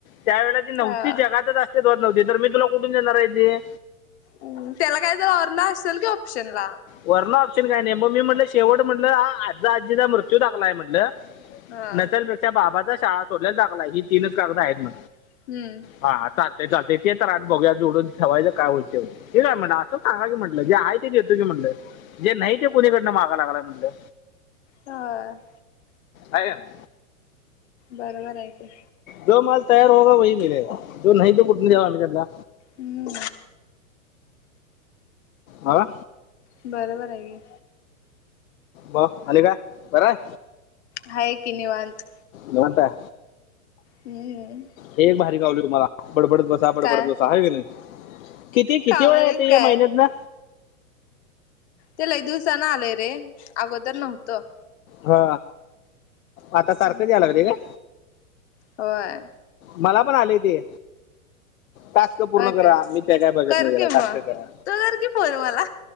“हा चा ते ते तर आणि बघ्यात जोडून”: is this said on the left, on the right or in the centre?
Left